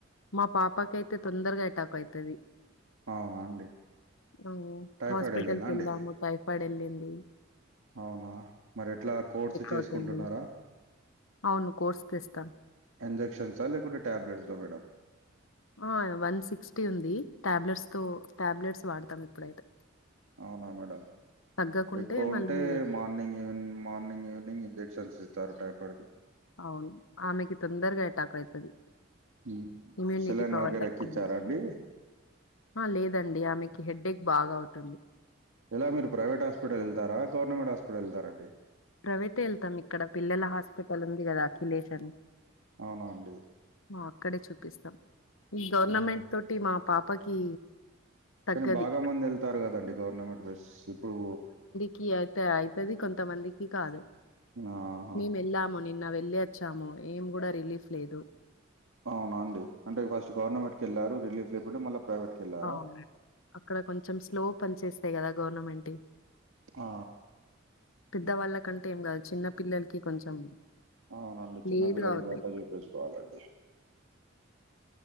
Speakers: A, on the left; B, on the right.
A: మా పాపకి అయితే తొందరగా అటాక్ అయితది
B: అవునా అండి
A: ఉం
B: టైఫాయిడ్
A: హాస్పిటల్కి
B: వెళ్ళిందా అండి
A: వెళ్దాము టైఫాయిడ్ వెళ్ళింది
B: అవునా మరి ఎట్లా కోర్సు చేసుకుంటున్నారా
A: అవుతుంది. అవును. కోర్స్ తెస్తాం.
B: ఇంజెక్షన్సా లేకుంటే టాబ్లేటసా మేడం
A: ఆ వన్ సిక్సటి ఉంది టాబ్లెట్స్ తో టాబ్లెట్స్ వాడతాం ఎప్పుడైనా
B: అవునా మేడం
A: తగ్గకుంటే
B: ఎక్కువ ఉంటే
A: మళ్ళీ
B: morning evening morning evening injections ఇస్తారు టైఫాయిడ్ కీ
A: అవును ఆమెకి తొందరగా ఎటాక్ అయితాది
B: ఉమ్.
A: ఇమ్యూనిటీ
B: సెలైన్
A: పవర్
B: వగైరా
A: తక్కువ
B: ఎక్కిచ్చారా
A: ఉంది
B: అండి
A: ఆ లేదండి ఆమెకి హెడేక్ బాగా అవుతుంది
B: ఇలా మీరు ప్రవేట్ హాస్పిటల్ వెళ్తారా గవర్నమెంట్ హాస్పిటల్ వెళ్తారండి
A: ప్రైవేటే వెళ్తాం ఇక్కడ పిల్లల హాస్పిటల్ ఉంది కదా అఖిలేష్ అని
B: అవునా అండి
A: మో అక్కడే చూపిస్తాం ఈ గవర్నమెంట్
B: ఆహా
A: తోటి మా పాపకి తగ్గది
B: కానీ బాగా మంది వెళ్తారు కదండి గవర్నమెంట్ రష్ ఇప్పుడు
A: కీ అయితే అయితది కొంతమందికి కాదు
B: ఆహా
A: మేము వెళ్ళాము నిన్న వెళ్ళి వచ్చాము ఏం కూడా రిలీఫ్ లేదు
B: అవునా అండి అంటే ఫస్ట్ గవర్నమెంట్ కి వెళ్ళారు రిలీఫ్ లేకుండా మళ్ళీ ప్రైవేట్ కి వెళ్ళారా
A: అవును అక్కడ కొంచెం స్లో పని చేస్తాయి కదా గోవర్నమెంట్యి
B: ఆ
A: పెద్దవాళ్ళ కంటే ఏం గాదు చిన్న పిల్లలకి కొంచెం
B: అవునండి చిన్నపిల్లలు
A: లేట్గా అవుతాయి
B: బయట చూపిచ్చుకోవాలండి